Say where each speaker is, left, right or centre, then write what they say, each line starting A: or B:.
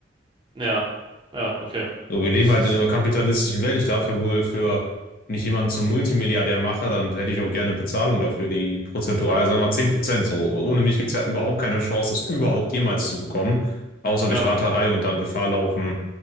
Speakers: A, on the right; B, on the left.
A: ja, ja, okay.
B: So, wir leben
A: Das
B: halt
A: ist,
B: in einer
A: äh,
B: kapitalistischen Welt. Ich darf ja wohl für, wenn ich jemanden zum Multimilliardär mache, dann hätte ich auch gerne Bezahlung dafür, die prozentual, sagen wir mal 10 Prozent. So, ohne mich gibt es ja überhaupt keine Chance, das überhaupt jemals zu bekommen, außer
A: ja.
B: durch Raterei und dann Gefahr laufen,